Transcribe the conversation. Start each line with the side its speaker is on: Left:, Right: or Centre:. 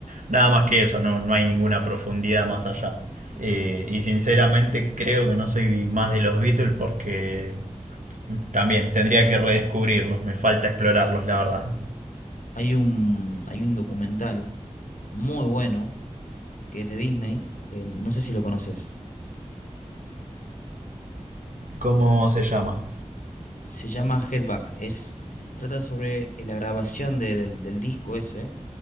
Right: nada más que eso, no, no hay ninguna profundidad más allá. Eh, y sinceramente creo que no soy más de los Beatles porque también tendría que redescubrirlos, me falta explorarlos, la verdad.
Left: Hay un, hay un documental muy bueno que es de Disney, eh, no sé si lo conoces.
Right: ¿Cómo se llama?
Left: Se llama Headback. Es, trata sobre eh, la grabación de- del, del disco ese,